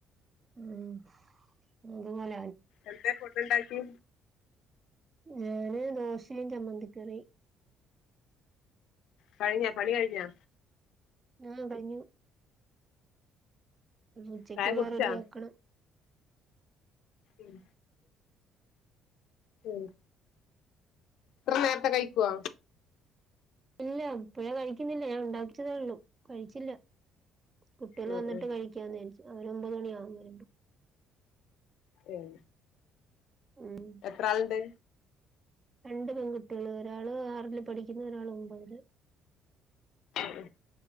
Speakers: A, on the right; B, on the left.
A: ഉം അതുപോല
B: എന്തേ ഫുഡ്‌ ഉണ്ടാക്കി
A: ഞാന് ദോശയും ചമ്മന്തിക്കറീം
B: കഴിഞ്ഞാ പണി കഴിഞ്ഞാ
A: ആ കഴിഞ്ഞു ഉച്ചയ്ക്കുള്ള
B: ചായ കുടിച്ചാ
A: റെഡിയാക്കണം
B: ഉം ഉം ഇത്ര നേരത്തെ കയിക്കൊ
A: ഇല്ല ഇപ്പഴേ കഴിക്കുന്നില്ല ഞാൻ ഉണ്ടാക്കിവച്ചതേ ഉള്ളൂ കഴിച്ചില്ല കുട്ടികൾ
B: ഉം
A: വന്നിട്ട്
B: ഉം
A: കഴിക്കാന്നെച്ചു അവര് ഒമ്പത് മണിയാകും വരുമ്പോ
B: ഉം
A: ഉം
B: എത്ര ആളിണ്ട്
A: രണ്ട് പെൺകുട്ട്യേള് ഒരാള് ആറില് പഠിക്കുന്ന് ഒരാള് ഒമ്പതില്
B: ഉം